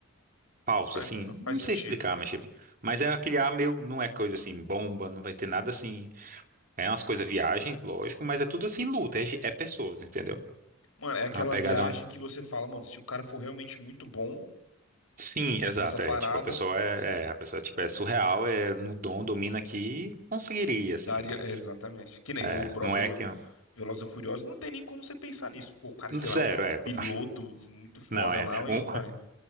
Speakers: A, on the right (about 40°); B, on the left (about 85°).
A: falso,
B: Faz,
A: assim, não
B: faz
A: sei
B: sentido.
A: explicar, mas tipo, mas é aquele ar meio, não é coisa assim, bomba, não vai ter nada assim, é umas coisas viagem, lógico, mas é tudo assim, luta, é, ge- é pessoas, entendeu?
B: Mano, é aquela
A: É uma pegada
B: viagem
A: mais...
B: que você fala, mano, se o cara for realmente muito bom
A: Sim, exato,
B: nessa parada,
A: é, tipo, a pessoa é, é, a pessoa, tipo, é surreal, é no dom, domina aqui, conseguiria,
B: Daria,
A: assim, mas,
B: é, exatamente. Que nem
A: é,
B: o próprio
A: não é que...
B: Velozes e Furiosos, não tem nem como você pensar nisso. Pô, o cara, sei lá,
A: Zero,
B: um
A: é. <laughs>
B: piloto muito foda
A: Não, é.
B: lá
A: Um,
B: e não vai.